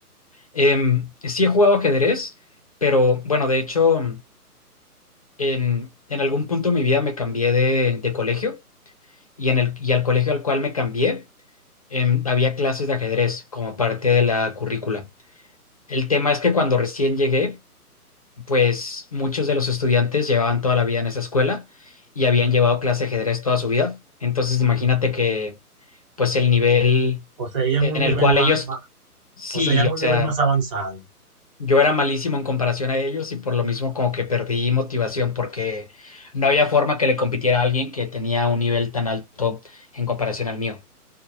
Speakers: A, on the left; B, on the right.
A: Em, sí he jugado ajedrez, pero bueno, de hecho, en, en algún punto de mi vida me cambié de, de colegio y, en el, y al colegio al cual me cambié, em, había clases de ajedrez como parte de la currícula. El tema es que cuando recién llegué, pues muchos de los estudiantes llevaban toda la vida en esa escuela y habían llevado clase de ajedrez toda su vida. Entonces imagínate que pues el nivel
B: Poseían
A: en
B: un nivel
A: el cual
B: más,
A: ellos,
B: más,
A: sí,
B: poseían
A: o
B: un
A: sea,
B: nivel más avanzado.
A: yo era malísimo en comparación a ellos y por lo mismo como que perdí motivación porque no había forma que le compitiera a alguien que tenía un nivel tan alto en comparación al mío.